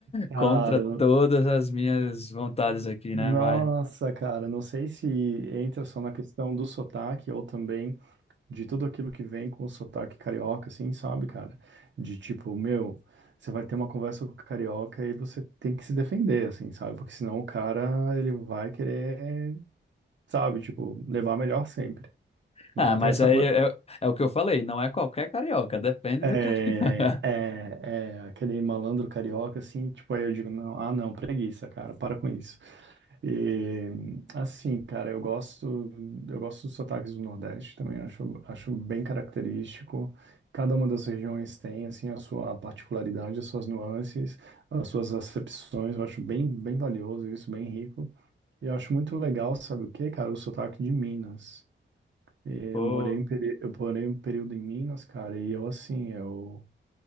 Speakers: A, on the right; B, on the left.
A: Cara,
B: Contra
A: no-
B: todas as minhas vontades aqui,
A: nossa,
B: né? Vai.
A: cara, não sei se entra só na questão do sotaque ou também de tudo aquilo que vem com o sotaque carioca, assim, sabe, cara? De tipo, meu, você vai ter uma conversa com o carioca e você tem que se defender, assim, sabe? Porque senão o cara, ele vai querer, sabe, tipo, levar a melhor sempre. Então
B: Ah, mas
A: tem essa
B: aí
A: coisa.
B: é, é o que eu falei. Não é qualquer carioca. Depende
A: É,
B: do carioca.
A: é, é aquele malandro carioca, assim, tipo, aí eu digo, não, ah, não, preguiça, cara, para com isso. E, assim, cara, eu gosto, eu gosto dos sotaques do Nordeste também, acho, acho bem característico. Cada uma das regiões tem, assim, a sua particularidade, as suas nuances, as suas acepções, eu acho bem, bem valioso isso, bem rico. E eu acho muito legal, sabe o quê, cara? O sotaque de Minas. É,
B: <laughs> Pô.
A: Eu morei em, peri- eu morei um período em Minas, cara, e eu, assim, eu...